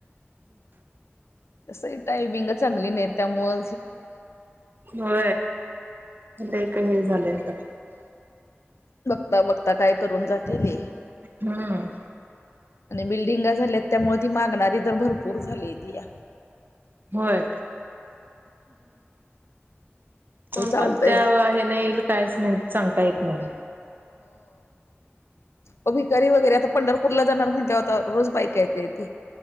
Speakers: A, on the left (about 85°); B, on the right (about 50°).
A: तसयंटायमिंग चांगली नाही त्यामुळे.
B: हो क काही झालं आता
A: बघता बघता काय करून जातील ये.
B: हम्
A: आणि बिल्डिंग झाल्यात त्यामुळे ती मागणारी तर भरपूर झालीय ती या
B: होय कोणकोणत्या
A: चालतय
B: हे नाहील काय म्हण सांगता येत नाही
A: व भिकारी वगैरे आता पंढरपूरला जाणार म्हणते आता रोज बाईक येते